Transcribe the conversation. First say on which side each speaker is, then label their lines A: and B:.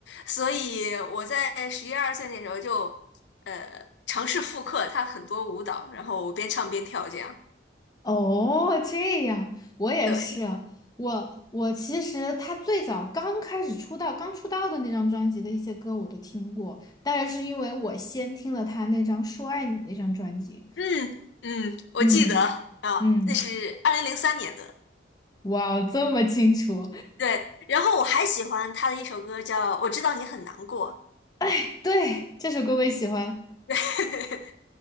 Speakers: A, on the left; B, on the left.
A: 所以我在十一二岁那时候就呃尝试复刻他很多舞蹈，然后边唱边跳这样。
B: 哦，这样，我也是。
A: 对，
B: 我我其实他最早刚开始出道，刚出道的那张专辑的一些歌我都听过，当然是因为我先听了他那张《说爱你》那张专辑。
A: 嗯嗯，我记得啊，
B: 嗯嗯，
A: 那是二零零三年的，
B: 哇哦，这么清楚。
A: 对。然后我还喜欢他的一首歌叫《我知道你很难过》。
B: <laughs> 对，这首歌我也喜欢。
A: <laughs>